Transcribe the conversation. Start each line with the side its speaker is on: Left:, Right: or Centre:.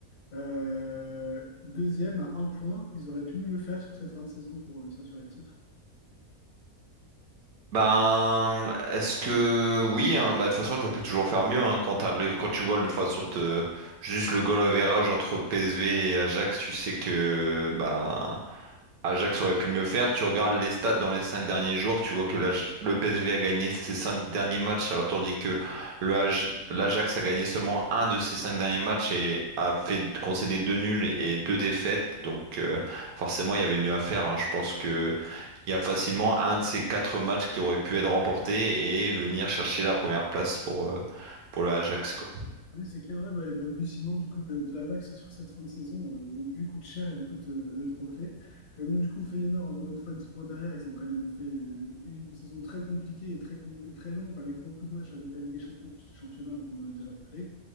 Left: Euh, deuxième à un point, ils auraient pu mieux faire sur cette fin de saison pour euh, s'assurer le titre.
Right: Ben, est-ce que oui, hein, bah, de toute façon, on peut toujours faire mieux hein, quand t'arrives, quand tu vois de toute façon te- juste le goal average entre PSV et Ajax, tu sais que bah Ajax aurait pu mieux faire. Tu regardes les stats dans les cinq derniers jours, tu vois que l'Aj- le PSV a gagné ses cinq derniers matchs, alors tandis que le Aj- l'Ajax a gagné seulement un de ses cinq derniers matchs et a fait concéder deux nuls et deux défaites. Donc euh, forcément, il y avait mieux à faire. hein. Je pense que il y a facilement un de ces quatre matchs qui aurait pu être remporté et venir chercher la première place pour, euh, pour le Ajax, quoi.
Left: Oui, c'est clair, ouais, bah, les balbutiements du coup de, de l'Ajax sur cette fin de saison euh, lui coûte cher et lui coûte euh, le trophée. Et donc du coup, Feyenoord, encore une fois, 10 points derrière, ils ont quand même fait euh, une saison très compliquée et très, com- et très longue, avec beaucoup de matchs avec la Ligue des Champions plus le championnat, donc on en a déjà parlé.